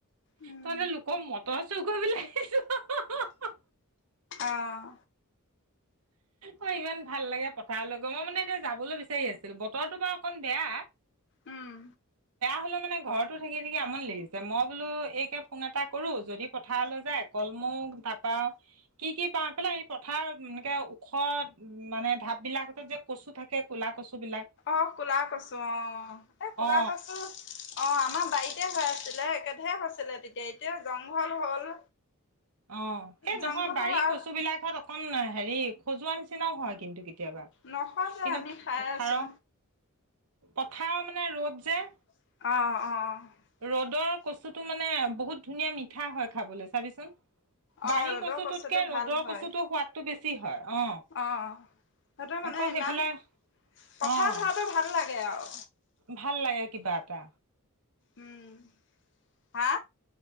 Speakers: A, on the left (about 55°); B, on the right (about 75°).
A: উম
B: তহঁতে লোকৰ মটৰ চুৰ কৰিব আহিছোঁ।
A: অহ,
B: অ' ইমান ভাল লাগে পথাৰলৈ গ মই মানে এতিয়া যাবলৈ বিচাৰি আছিলো বতৰটো বাৰু অকন বেয়া।
A: উম।
B: হলে মানে ঘৰত টো থাকি-থাকি আমনি লাগিছে মই বোলো এইকে ফোনত এটা কৰো যদি পথাৰলৈ যায় কল মৌ তাপাও কি-কি পাওঁ, এইফালে সেই পথাৰ ওখ উম মানে ধাপ বিলাক যে কচু থাকে কলা কচু। বিলাক
A: অ কলা কৈছো অ এ কলা
B: অ
A: কছো অ আমাৰ বাৰীত, এতিয়া হৈ আছিলে একেধে হৈছিলে তেতিয়া এতিয়া জংঘল হল।
B: অ ' সেই নহয়
A: জংঘল
B: বাৰী
A: হ'ল আৰু
B: কচু বিলাকত অকন হেৰি খজোৱাৰ নিচিনাও হয় কিন্তু। কেতিয়াবা কিন্তু
A: নসজে আমি
B: পথাৰৰ
A: খাই আছো।
B: পথাৰৰ মানে ৰ'দ যে।
A: অ-অ,
B: ৰ'দৰ কচুটো মানে বহুত ধুনীয়া মিঠা হয় খাবলৈ চাবিচোন।
A: অ
B: বাৰী
A: ৰ'দৰ
B: কচুটোতকে
A: কচুটো
B: ৰ'দৰ
A: ভাল হয়
B: কচুতো সোৱাদতটো বেছি। কি হয়? অ
A: অ' সেইটো মানে
B: আকৌ
A: ইমান
B: সেইফালে
A: কথা
B: অ',
A: হোৱাটো ভাল লাগে আৰু।
B: ভাল লাগে কিবা এটা।
A: উম, হা।